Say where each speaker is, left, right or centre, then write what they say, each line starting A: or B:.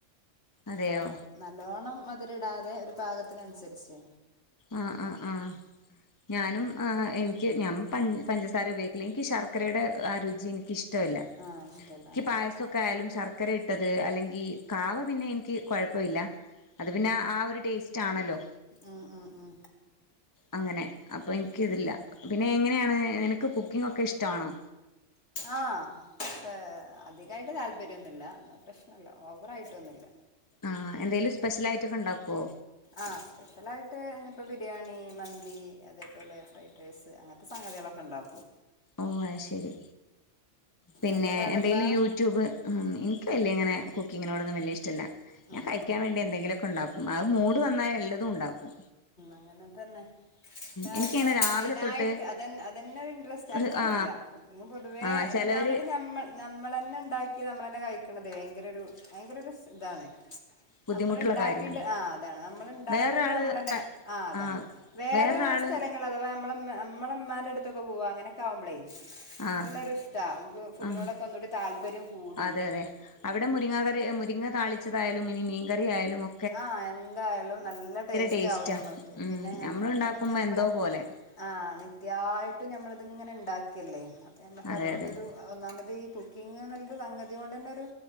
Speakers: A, on the left; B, on the left.
A: അതെയോ
B: തോ നല്ലോണം മധുരം ഇടാതെ ഒരു പാകത്തിനനുസരിച്ച്
A: ആഹ് ആഹ് ആഹ് ഞാനും ആ എനിക്ക് ഞമ് പഞ്ചസാര ഉപയോഗിക്കല് എനിക്ക് ഈ ശർക്കരയുടെ ആ രുചി എനിക്ക് ഇഷ് ട്ടുല്ല
B: ആഹ് ഇഷ്ടല്ല
A: എനിക്ക്
B: ആഹ്
A: പായസ
B: ശരി
A: ഒക്കായാലും ശർക്കരയിട്ടത് അല്ലെങ്കി കാവ പിന്നെ എനിക്ക് കൊഴപ്പവില്ല അത് പിന്നെ ആ ഒരു ടേസ്റ്റാണല്ലോ?
B: ഉം ഉം ഉം
A: അങ്ങനെ അപ്പൊ എൻക്ക്
B: ഉം
A: ഇതില്ല പിന്നെ എങ്ങനെയാണ് നിനക്ക് കുക്കിംങ്ങൊക്കെ ഇഷ്ടാവാണോ?
B: ആഹ് എപ്പ അധികായിട്ട് താല്പര്യൊന്നൂല്ല എന്ന പ്രശ്നല്ല ഓവറായിട്ടൊന്നുല്ല
A: ആഹ് എന്തേലും സ്പെഷ്യലായിട്ടൊക്കെ ഉണ്ടാക്കുവോ?
B: ആഹ് സ്പെഷ്യലായിട്ട് ഇങ്ങത്തെ ബിരിയാണി, മന്തി, അതേപോലെ ഫ്രൈഡ് റൈസ്, അങ്ങനത്തെ സംഗതികളൊക്കെ ഇണ്ടാക്കും
A: ഓഹ അഹ് ശരി പിന്നെ
B: അന്റെ പാടെന്താ
A: എന്തെങ്കിലും യൂട്യൂബ് ഉം എൻക് വല്ല്യ ഇങ്ങനെ കുക്കിങ്ങിനോടൊന്നും വല്ല്യ ഇഷ്ടല്ല ഞാൻ
B: ഉം
A: കഴിക്കാൻ വേണ്ടി എന്തെങ്കിലൊക്കെ ഉണ്ടാക്കും അത് മൂഡ് വന്നാ എല്ലതുംണ്ടാക്കും
B: അങ്ങനത്തന്നെ കാരണം
A: എനിക്കങ്ങനെ രാവിലെ
B: അയിനായിട്ട്
A: തൊട്ട്
B: അത അതന്നൊരു ഇൻട്രസ്റ്റ്
A: ഒരു
B: അങ്ങനെല്ല
A: ആ
B: ഞാൻ പൊതുവേ
A: ആ ചിലവര്
B: ഒന്നാമത് ഞമ്മള് നമ്മളന്നെ ഇണ്ടാക്കി നമ്മളന്നെ കഴിക്ക്ണതെ ഭയങ്കര ഒരു ഭയങ്കര ഒരു ഇതാണ്
A: ബുദ്ധിമുട്ടുള്ള
B: നമ്മള് ഇണ്ടാക്കിട്ട്
A: കാര്യമാണ്
B: ആഹ് അതാണ് നമ്മള് ഇണ്ടാക്കിയത്
A: വേറൊരാള്
B: നമ്മളന്നെ
A: ക
B: ആഹ് അതാണ്
A: ആ
B: വേറെ
A: വേറൊരാള്
B: സ്ഥലങ്ങള് അഥവാ നമ്മളെ നമ്മളെ ഇമ്മാന്റടുത്തക്കെ പോവാ അങ്ങനെ ക്കാവുമ്പളേ
A: ആ
B: നല്ലൊരു ഇഷ്ട നമുക്ക് ഫുഡിനോടൊക്കെ
A: ആ
B: ഒന്നുകൂടി താല്പര്യം കൂടും
A: അതെ അതെ അവിടെ മുരിങ്ങ കറി മുരിങ്ങ താളിച്ചതായാലും ഇനി മീൻകറി ആയാലും ഒ
B: ആഹ് എന്തായാലും നല്ല ടേസ്റ്റാകും
A: ടേസ്റ്റാ
B: ഞമ്മക്ക്
A: ഉം
B: പിന്നെ ഞമ്മളെ
A: നമ്മൾ
B: ഒന്നാമത്
A: ഉണ്ടാക്കുമ്പോ
B: ഞ്ഞമ്മളെ
A: എന്തോ പോലെ
B: ആഹ് നിത്യായിട്ടും ഞമ്മള് ഇത്ങ്ങനെ ഇണ്ടാക്കല്ലേ അപ്പ ഞ്ഞമ്മക്ക്
A: അതെ
B: അതോണ്ടൊരു
A: അതെ
B: ഒന്നാമത് ഈ കുക്കിങ്ന്ന്‌ ഇല്ലൊരു സംഗതിയോണ്ടന്നെ ഒരു